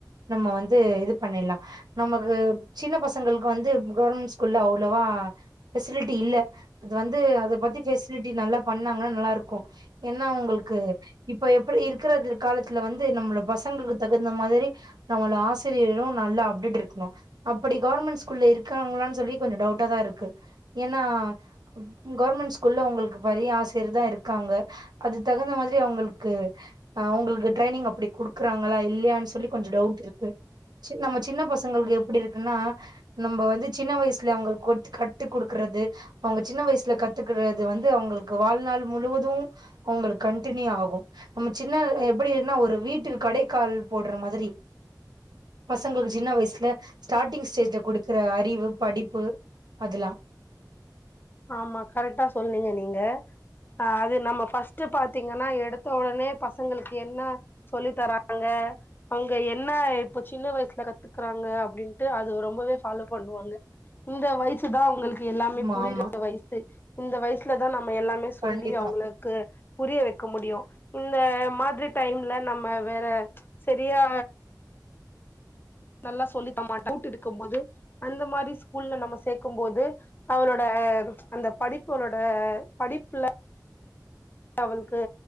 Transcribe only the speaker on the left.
ஆமா கரெக்டா சொன்னிங்க நீங்க அ அது நம்ம ஃபர்ஸ்ட்டு பாத்தீங்கன்னா எடுத்த ஒடனே பசங்களுக்கு என்ன சொல்லி தராங்க அவுங்க என்ன இப்ப சின்ன வயசுல கத்துக்குறாங்க அப்டின்ட்டு அது ரொம்பவே ஃபாலோ பண்ணுவாங்க இந்த வயஸ் சுதா அவுங்களுக்கு எல்லாமே
புரியற
வயசு இந்த வயசுல தா நம்ம எல்லாமே சொல்லி
அவுங்கள க்கு புரிய வக்க முடியு இந்த மாதிரி டைம்ல நம்ம வேற சரியா நல்லா சொல்லி த <inaudible> மாட்டோ <inaudible> கூட்டுடுக்கும் போது அந்த மாரி ஸ்கூல்ல நம்ம சேக்கும் போது அவளோட அந்த படிப்பு அவ்ளோட படிப்புல அவுளுக்கு